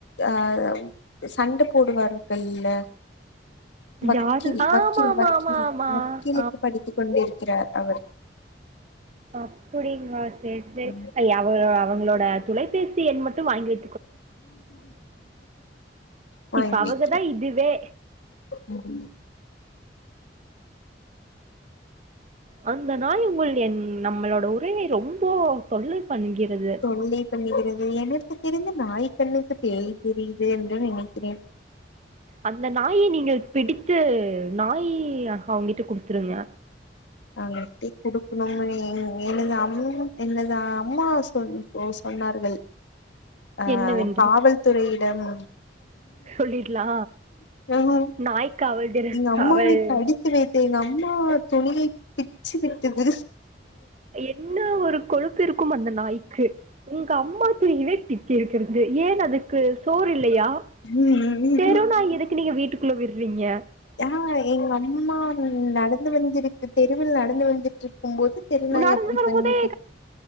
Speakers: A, on the left; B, on the right.
A: அ சண்ட போடுவார்கள்ல வக்கீல்
B: யாரு ஆமா
A: வக்கீல்
B: ஆமா
A: வக்கீல்
B: ஆமா ஆமா
A: வக்கீலுக்கு படித்துக் கொண்டிருக்கிறார் அவர்
B: அப்புடிங்களா சேர் சேரி
A: ம்
B: அய்ய அவ அவங் களோட துலைபேசி எண் மட்டு வாங்கி வை
A: வாங்கி
B: இப்ப அவங்கதா
A: வக்கிறே
B: இதுவே
A: <inaudible> உம்
B: அந்த நாய உங்கள் என் நம்மளோட உரிமை ரொம் போ தொல்லை பண்ணுகிறது
A: தொல்லை பண்ணுகிறது எனக்கு தெரிந்து நாய் கண்ணுக்கு பேய் தெரியி து என்று நினைக்கிறேன்.
B: அந்த நாயை நீங்கள் பிடித்து நாய் அஹ் அவுங்கிட் டுகுடுத்துருங்க
A: அவுங்கள்டே குடு க்குனும்னு எங் எனது அம் என்னது அம்மா சொன் ஓ சொன்னார்கள் ஆ
B: என்னவென்று
A: காவல்துறையி டம்
B: சொல்லிடலா
A: ஆஹ்
B: நாய் காவல் திற
A: எங்க
B: காவல்
A: அம்மாவை கடித்து வைத்து எங்க அம்மா துணியை பிச்சு விட்டுது
B: என்ன ஒரு கொழுப்பிருக்கும் அந்த நாய்க்கு உங்க அம்மா துணியவே பிச்சிருக்குது ஏன் அதுக்கு சோறு இல்லையா
A: ம்
B: தெருநாய் எதுக்கு நீங்க வீட்டுக்குள்ள விட்றீங்க
A: ஆ எங்க அம்மா நடந்து வந்திருக் தெருவில் நடந்து வந்துட்டுறுக் இருக்கும்போது தெருநாய்
B: நடந்து
A: அப்டி
B: வரும்போதே
A: பனிட்டு